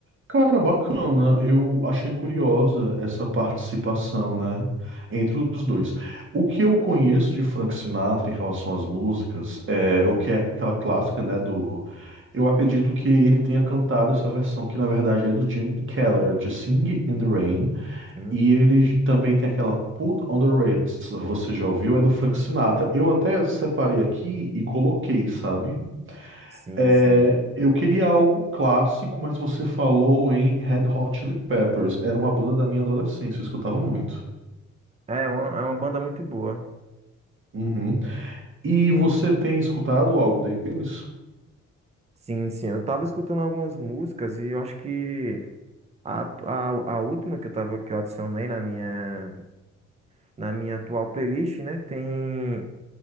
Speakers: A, on the right; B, on the right.
A: Cara, bacana. Eu achei curiosa essa participação, né, entre os dois. O que eu conheço de Frank Sinatra em relação às músicas é o que é aquela clássica, né, do Eu acredito que ele tenha cantado essa versão que na verdade é do Gene Keller, de Sing in the Rain,
B: Sim,
A: e ele também tem aquela Put on the Ritz, você já ouviu? É do Frank Sinatra. Eu até separei aqui e coloquei, sabe?
B: sim,
A: É,
B: sim.
A: eu queria algo clássico, mas você falou em Red Hot Chili Peppers. Era uma banda da minha adolescência, eu escutava muito.
B: É uma, é uma banda muito boa.
A: Uhum. E você tem escutado algo deles?
B: Sim, sim. Eu tava escutando algumas músicas e eu acho que a, a, a última que eu tava, que eu adicionei na minha. na minha atual playlist, né? Tem,